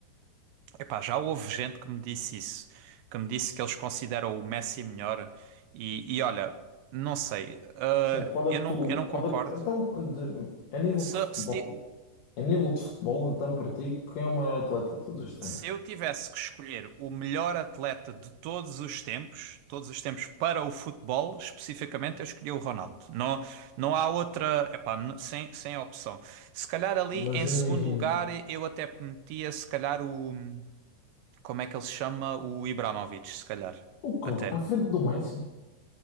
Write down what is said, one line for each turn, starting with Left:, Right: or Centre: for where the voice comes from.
Right: Epá, já houve gente que me disse isso, que me disse que eles consideram o Messi melhor e, e olha, não sei, ah,
Left: assim, qual é
Right: eu
Left: que
Right: não,
Left: tu,
Right: eu não
Left: qual
Right: concordo.
Left: é que, tu- então, de- a nível
Right: Se,
Left: de futebol,
Right: se, ti-
Left: a nível de futebol, então, para ti, quem é o maior atleta de todos os tempos?
Right: se eu tivesse que escolher o melhor atleta de todos os tempos, todos os tempos para o futebol, especificamente, eu escolhi o Ronaldo. Não, não há outra, epá, n- sem, sem opção. Se calhar ali
Left: Mas
Right: em
Left: imagina,
Right: segundo lugar eu até metia, se calhar o, como é que ele se chama? O Ibrahimovic, se calhar,
Left: o quê?
Right: até.
Left: À frente do Messi?